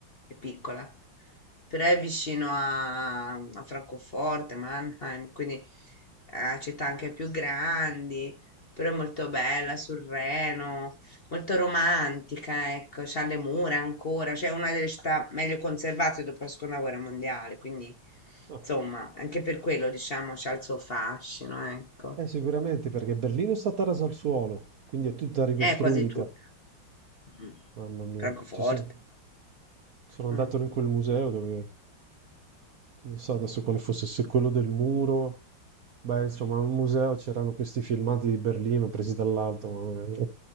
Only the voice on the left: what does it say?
è piccola. Però è vicino a, a Francoforte, Mannheim, quindi a città anche più grandi. Però è molto bella sul Reno, molto romantica, ecco, c'ha le mura ancora, cioè è una delle città meglio conservate dopo la seconda guerra mondiale, quindi
insomma, anche per quello diciamo c'ha il suo fascino, ecco.
È quasi tutta. Mm.
Francoforte.
Mm.